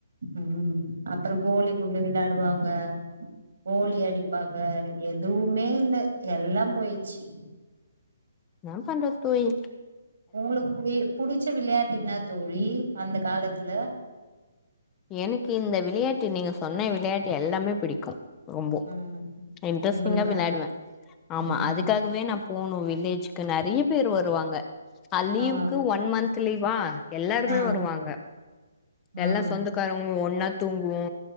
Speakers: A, on the right (about 65°); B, on the left (about 20°).
A: உம் அப்பறோ கோலி குண்டு விளாடுவாங்க கோலி அடிப்பாங்க எதுவுமே இல்ல எல்லாம் போயிச்சி
B: னா பண்றது தோயி
A: உங்களுக்கு புவி புடிச்ச விளையாட்டு என்னா தோழி அந்த காலத்ல
B: எனக்கு இந்த விளையாட்டு நீங்க சொன்ன விளையாட்டு எல்லாமே பிடிக்கு ரொம்போ
A: ம்
B: இன்ட்ரெஸ்ட்டிங்கா
A: உங்களுக்கா
B: விளாடுவ ஆமா
A: ம்
B: அதுக்காகவே நா போனு வில்லேஜ் நறிய பேர் வருவாங்க அலீவ்க்கு
A: ஆ
B: ஒன் மந்த் துலீவா எல்லார்மே
A: ஆ
B: வருவாங்க
A: ம்
B: எல்லா சொந்தக்காரு உ ஒன்னா தூங்குவோ